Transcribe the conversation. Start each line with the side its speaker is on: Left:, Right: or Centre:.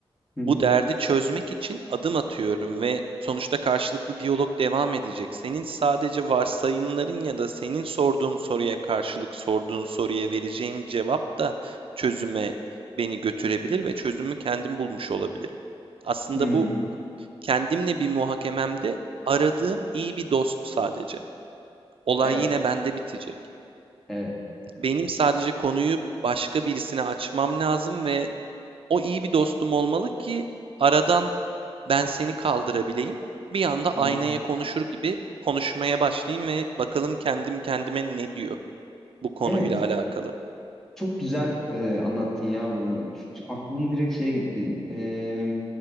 Centre: Hı hı.
Right: Bu derdi çözmek için adım atıyorum ve sonuçta karşılıklı diyalog devam edecek. Senin sadece varsayımların ya da senin sorduğum soruya karşılık sorduğun soruya vereceğim cevap da çözüme beni götürebilir ve çözümü kendim bulmuş olabilirim. Aslında
Centre: Hı.
Right: bu kendimle bir muhakememde aradığım iyi bir dost sadece. Olay
Centre: Evet,
Right: yine bende bitecek.
Centre: evet.
Right: Benim sadece konuyu başka birisine açmam lazım ve o iyi bir dostum olmalı ki aradan ben seni kaldırabileyim. Bir anda aynaya
Centre: Hı hı.
Right: konuşur gibi konuşmaya başlayayım ve bakalım kendim kendime ne diyor bu konuyla
Centre: Evet,
Right: alakalı.
Centre: Çok güzel e, anlattın ya bunu. Ç- ç- Aklım direkt şeye gitti. E,